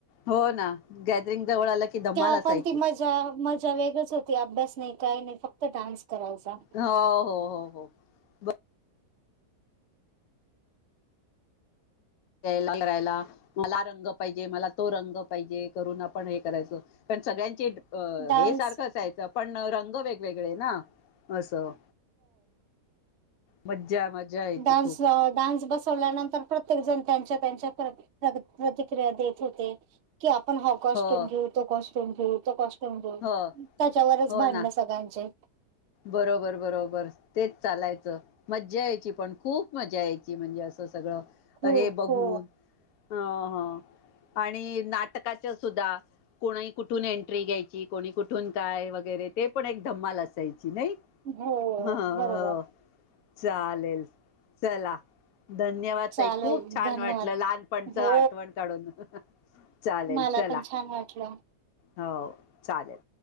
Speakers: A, on the left; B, on the right.
A: हो ना गॅदरिंग जवळ आलं की धमाल
B: त्या
A: असायची
B: पण ती मज्जा मज्जा वेगळीच होती अभ्यास नाही काही नाही फक्त डान्स करायचा.
A: हो हो हो हो बरो यायला करायला मला रंग पाहिजे मला तो रंग पाहिजे करून आपण हे करायचं पण सगळ्यांचे
B: डान्स
A: हे सारखं असयचं पण रंग वेगवेगळे ना असं मज्जा मज्जा यायची
B: डान्सल
A: खूप
B: अ डान्स बसवल्यानंतर प्रत्येकजण त्यांच्या त्यांच्या प्र प्रग प्रतिक्रिया देत होते. की आपण हा कॉस्ट्यूम
A: हो
B: घेऊ तो कॉस्ट टुम घेऊ तो कॉस्ट्यूम घेऊ,
A: हो
B: त्याच्यावरच
A: हो
B: भांडण
A: ना
B: सगळ्यांचे.
A: बरोबर बरोबर तेच चालायचं. मज्जा यायची पण खूप मज्जा यायची म्हणजे असं सगळं
B: खूप
A: हे बघून
B: हो
A: हां-हां. आणि नाटकाच सुद्धा कोणी कुठून एंट्री घ्यायची, कोणी कुठून काय वगैरे ते पण एक धम्माल असाय ची नाई
B: हो
A: हह हो
B: बरोबर.
A: चालेल चला. धन्यवाद
B: चालेल
A: ताई खूप छान
B: धन्यवाद
A: वाटलं लहानपणच
B: हो
A: आठवण काढून. चालेल
B: मला
A: चला
B: पण छान वाटलं.
A: हो चालेल.